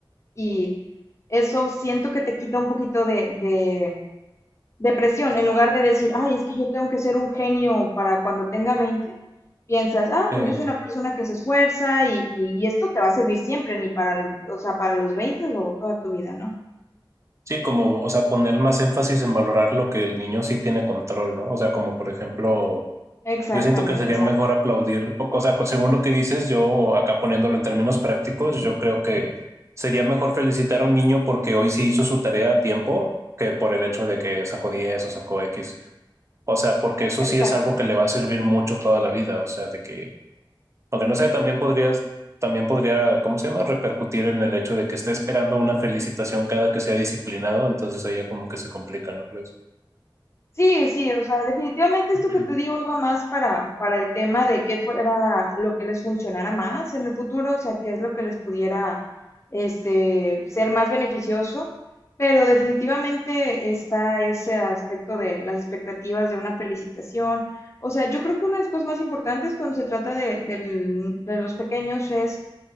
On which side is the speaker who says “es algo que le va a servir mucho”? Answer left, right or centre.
Right